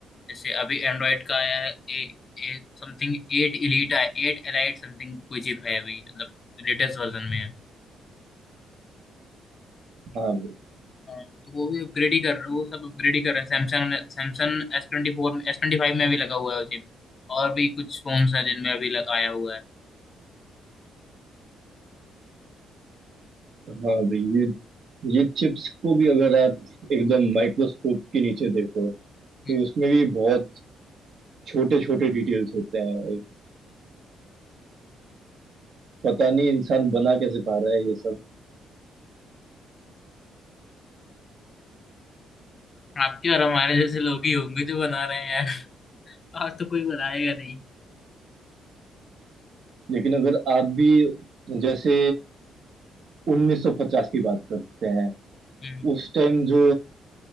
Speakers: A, on the left; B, on the right.
A: जैसे अभी एंड्रॉइड का आया है A A something eight elite आया एट एलाइट समथिंग कोई चिप है अभी मतलब लेटेस्ट वर्जन में है
B: हाँ भाई
A: हाँ, तो वो भी अपग्रेड ही कर रहे वो सब अपग्रेड ही कर रहे हैं Samsung Samsung S twenty four S twenty five में भी लगा हुआ है वो चिप और भी कुछ फोन्स हैं जिनमें अभी लग, आया हुआ है
B: हाँ भाई ये ये चिप्स को भी अगर आप एकदम माइक्रोस्कोप के नीचे देखो तो
A: हम्म।
B: उसमें भी बहुत छोटे छोटे डिटेल्स होते हैं भाई पता नहीं इंसान बना कैसे पा रहा है ये सब
A: <laughs> आपके और हमारे जैसे लोग ही होंगे जो बना रहे हैं यार और तो कोई बनाएगा नहीं
B: लेकिन अगर आप भी जैसे 1950 की बात करते हैं
A: हम्म,
B: उस टाइम जो